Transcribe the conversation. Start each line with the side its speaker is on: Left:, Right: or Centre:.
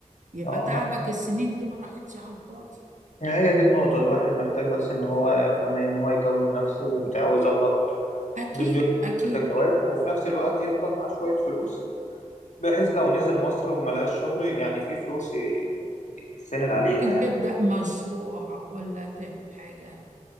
Right: يبقى
Left: اه
Right: تعبك
Left: ما
Right: السنين دي ما راحتش على الفاضي
Left: هي هي دي النقطه الواحد محتاج بس ان هو فاهمه إيه؟ ان هو يكون نفسه وبتاع ويظبط
Right: اكيد
Left: دنيته
Right: اكيد
Left: في الجواز وفي نفس الوقت يفضل معاه شويه فلوس بحيث لو نزل مصر وما لقاش شغل يعني في فلوس ي- يتسند عليها
Right: ممكن
Left: يعني
Right: تبدأ مشروع ولا تعمل حاجة